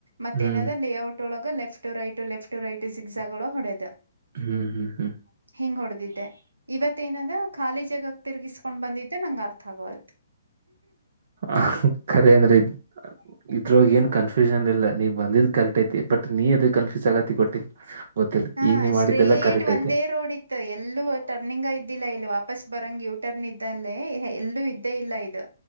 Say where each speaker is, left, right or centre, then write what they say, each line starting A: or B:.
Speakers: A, on the right; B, on the right.
A: ಮತ್ತೇಏನಾದ್ರ
B: ಹ್ಮ್
A: ಲೇಔಟ್ ಒಳಗ left right left right six ಒಳಗ ಹೊಡೆದ
B: ಹ್ಮ್ ಹ್ಮ್ ಹ್ಮ್
A: ಹಿಂಗ್ ಹೊಡ್ದಿದ್ದೆ ಇವತೇನದ ಖಾಲಿ ಜಗಕ್ ತಿರ್ಗಿಸಕೊಂಡ್ ಬಂದಿದ್ದೆ ನಂಗ ಅರ್ಥ ಆಗಲ್ತ್
B: ಹ ಕರೆ ಅದ್ರಿ ಇದ್ರಗೆ ಏನ್ ಕನ್ಫ್ಯೂಷನ್ ಇಲ್ಲ ನೀವು ಬಂದಿದ್ ಕರೆಕ್ಟ್ ಐತಿ ಬಟ್ ನೀ ಅದೇ ಕನ್ಫ್ಯೂಸ್ ಆಗತಿ ಗೊತ್ತಿಲ್ಲ ಗೊತ್ತಿಲ್ಲ
A: ಹಾ
B: ಈಗ ನೀ ಮಾಡಿದ್ದೆಲ್ಲ
A: ಸ್ಟ್ರೇಟ್
B: ಕರೆಕ್ಟ್
A: ಒಂದೇ
B: ಐತಿ
A: ರೋಡ್ ಇತ್ತು ಎಲ್ಲೂ ಟರ್ನಿಂಗ್ ಇದ್ದಿಲ್ಲ ಇಲ್ಲಿ ವಾಪಸ್ ಬರಂಗ ಯಟರ್ನ್ ಇದ್ದಲ್ಲಿ ಎಲ್ಲೂ ಇದ್ದೇ ಇಲ್ಲ ಇದು